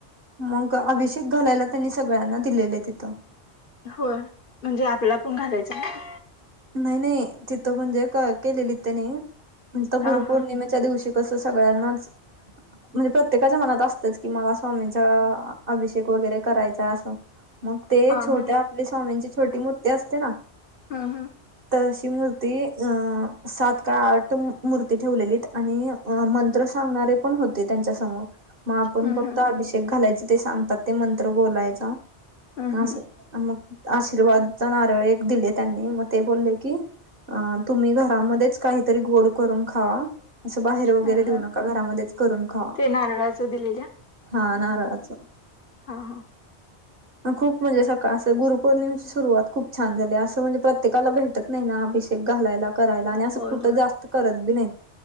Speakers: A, on the right; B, on the left.
A: मग अभिषेक घालायला त्यांनी सगळ्यांना दिलेले तिथं.
B: होय म्हणजे आपला पण घालायचं का?
A: नाही नाही तिथं म्हणजे केलेली त्यांनी मग तिथं
B: हा
A: गुरुपौर्णिमेच्या
B: हा
A: त्या दिवशी कसं सगळ्यांनाच म्हणजे प्रत्येकाच्या मनात असतचं, की मला स्वामींचा अभिषेक वगैरे करायचाय असं. मग ते
B: हा
A: छोट्या
B: हा
A: आपले स्वामींची छोटी मूर्ती असते ना?
B: हा हम्म.
A: तशी मूर्ती अ सात का आठ मूर्ती ठेवलेलीत आणि अ मंत्र सांगणारे पण होते त्यांच्यासमोर. मग आपण
B: हम्म
A: फक्त
B: हम्म
A: अभिषेक घालायच ते सांगतात ते मंत्र बोलायचा
B: हम्म हम्म
A: असं. मग आशीर्वादच नारळ एक दिले त्यांनी मग ते बोलले की अ तुम्ही घरामध्येच काहीतरी गोड करून खावा. असं बाहेर वगैरे
B: हा हा
A: देऊ नका घरामध्येच करून खावा.
B: ते नारळाचं दिलेल्या?
A: हा नारळाचं.
B: हा हा.
A: खूप म्हणजे सकाळ असं गुरुपौर्णिमेची सुरुवात खूप छान झाली, असं म्हणजे प्र त्येकाला भेटतं नाही ना अभिषेक घालायला करायला आणि असं
B: होय
A: कुठं
B: होय
A: जास्त करत बी नाहीत.